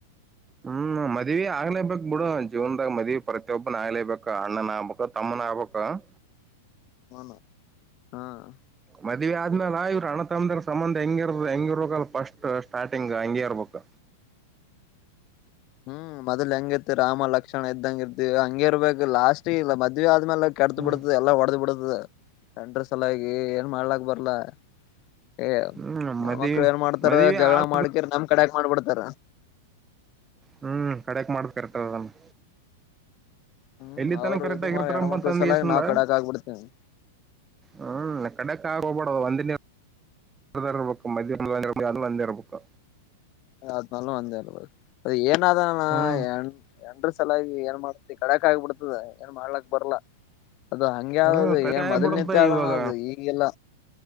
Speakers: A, on the right; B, on the left.
A: ಹ್ಮ ಮದ್ವಿ ಆಗ್ಲೇಬೇಕಕ್ ಬಿಡು ಜೀವನ್ದಾಗ ಮದ್ವಿ ಪ್ರತಿಯೊಬ್ಬನ ಆಗ್ಲೇಬೇಕ ಅಣ್ಣನ ಆಗ್ಬಬೇಕ ತಮ್ಮನ ಆಗ್ಬಬೇಕಕ್
B: <unintelligible>
A: ಮದ್ವಿ ಆದ್ಮೇಲ ಇವ್ ಅಣ ತಮದ ಸಂಬಂಧ ಹೆಂಗಿರ್ ಹೆಂಗಿ ಇರ್ಬೇಕಲ್ ಫಸ್ಟ್ ಸ್ಟಾರ್ಟಿಂಗ್ ಹಂಗೆ ಇರ್ಬೇಕ್.
B: <inaudible> ಹ್ಮ್ ಮದ್ಲ ಹೆಂಗ ಇತಿ ರಾಮ ಲಕ್ಷಣ ಇದ್ದಂಗ ಇರ್ತಿವಿ ಹಂಗ ಇರ್ಬೇಕು ಲಾಸ್ಟ್ ಇಲ್ಲ ಮದ್ವಿ ಆದ. ಮೇಲೆ ಕೆಟ್ಟ
A: ಹ್ಮ್
B: ಬಿಡತದೆ ಎಲ್ಲ ಒಡೆದ ಬಿಡತದೆ. ಅದರ ಸಲವಾಗಿ ಏನ್ ಮಾಡ್ಲಕ್ ಬರ್ಲಾ. ಏ
A: ಹ್ಮ್
B: ಹೆಣ್ಮಕ್ಳು
A: ಮದ್ವಿ
B: ಏನ್ ಮಾಡ್ತಾರ
A: ಮದ್ವಿ
B: ಜಗಳ
A: ಆದ
B: ಮಾಡ್ಕಿರ್ ನಮ. ಕಾಡ್ಯಾಕ್ ಮಾಡ್ಬಿಡ್ತಾರ.
A: ಹ್ಮ್ ಕಡೆಕ್ ಮಾಡ್ ಇರ್ತದ ಅದನ್ನು.
B: ಹ್ಮ್
A: ಎಲ್ಲಿ ತನ
B: ಅವ್ರು
A: ಕರೆಕ್ಟ್
B: ಇದು
A: ಆಗಿರ್ತಾರಪ್ಪ.
B: ಮಾಡಿ ಹೆಣ್ಮಕ್ಳ
A: <unintelligible>
B: ಸಲಾಗಿ ನಾವ್ ಕಡಕ್ ಆಗ್ಬಿಡ್ತೇವಿ
A: ಹ್ಮ್ ಕಡೆಕ್ ಆಗ ಹೋಗ್ ಬ್ಯಾಡೊ ಒಂದಿನ. ಮದಾರರ ಪಕ್ಕ ಮಧ್ಯ ಮುಂದರ ಮಂದ್ಯ ಇರ್ಬೇಕು.
B: ಹಾ ನಾನು ಅಂದೇ ನೋಡ್ ಏ ಏನ್ ಅದಾನ್ ಅವ.
A: ಹ್ಮ್
B: ಸಲಾಗಿ ಏನ್ ಮಾಡ್ತಿ ಕಡಕ್ ಆಗಬಿಡ್ತದ ಏನ್ ಮಾಡ್ಲಕ್ ಬರ್ಲಾ. ಅದು ಹಂಗೆ
A: ಹ್ಮ್
B: ಆದದು
A: ಕಡಿಕೆ
B: ಏನ್
A: ಆಗ್ಬಿಡುತ್ತೆ
B: ಮೊದ್ಲ್ ನಿಂತ ಆದ
A: ಇವಾಗ
B: ಅದು ಈಗೆಲ್ಲ.